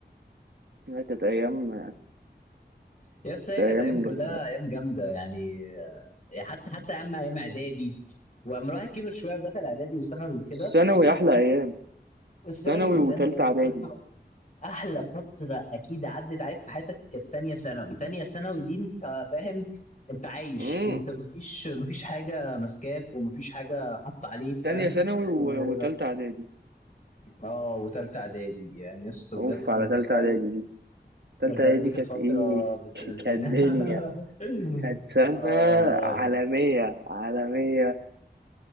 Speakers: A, on the right (about 70°); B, on the left (about 45°).
A: لا كانت ايام
B: يا اسطى هي
A: كانت
B: كانت
A: ايام
B: ايام كلها
A: جميله
B: ايام جامده يعني آه، حتى حتى ايام ايام اعدادي واما الواحد كبر شويه ودخل اعدادي وثانوي وكده
A: ثانوي احلى ايام
B: الثانوي
A: ثانوي
B: كانت
A: وتالتة
B: عندي انت
A: اعدادي
B: أنت احلى فتره اكيد عدت عليك في حياتك كانت تانية ثانوي تانية ثانوي دي انت فاهم انت عايش
A: امم
B: انت مفيش مفيش حاجه ماسكاك ومفيش حاجه حاطه عليك
A: تانية
B: فاهم
A: ثانوي و-
B: و
A: وتالتة اعدادي
B: اه وتالتة اعدادي يعني يا اسطى بجد
A: اوف على
B: انت
A: تالتة
B: فاهم
A: اعدادي دي تالتة
B: تالتة
A: اعدادي
B: اعدادي كانت
A: كانت
B: فتره
A: ايه
B: بنت
A: <laughs>
B: لذينه
A: كانت دنيا
B: <laughs>
A: كانت سنة
B: اه والله
A: عالمية عالمية